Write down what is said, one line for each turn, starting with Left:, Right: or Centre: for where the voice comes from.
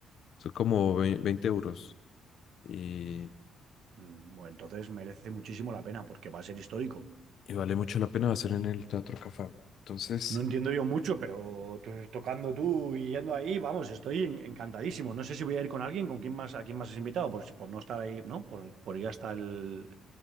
Left: son como vei- 20 euros y,
Right: Mm, Bueno, entonces merece muchísimo la pena porque va a ser histórico.
Left: y vale mucho la pena hacer en el Teatro Cafam. Entonces,
Right: No entiendo yo mucho, pero to- tocando tú y yendo ahí, vamos, estoy en- encantadísimo. No sé si voy a ir con alguien, con quién más, a quién más has invitado, por, por no estar ahí, ¿no? Por, por ir hasta el,